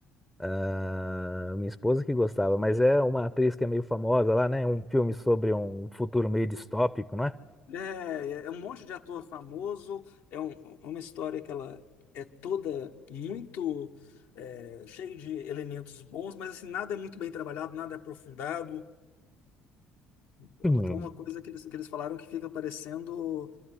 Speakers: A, in the centre; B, on the left.
A: Ah, minha esposa que gostava, mas é uma atriz que é meio famosa lá, né? Um filme sobre um futuro meio distópico, não é?
B: É, é é um monte de ator famoso, é um- é uma história que ela é toda muito é, cheia de elementos bons, mas assim, nada é muito bem trabalhado, nada é aprofundado. Então
A: Hum.
B: até uma coisa que eles, que eles falaram que fica parecendo